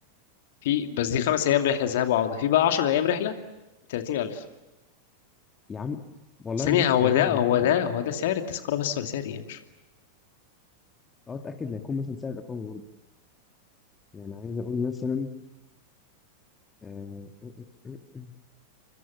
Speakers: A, on the left; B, on the left.
A: في بس دي خمس أيام رحلة ذهاب وعودة في بقى 10 أيام رحلة ب 30000
B: يا عم والله
A: ثانية
B: بص
A: هو
B: بعيدا
A: ده
B: عن
A: هو
B: حاجه
A: ده هو ده سعر التذكرة بس ولا سعر إيه مش فاهم
B: اه اتاكد لا يكون مثلا سعر الاقامه برضه يعني عايز اقول مثلا اه, آه آه،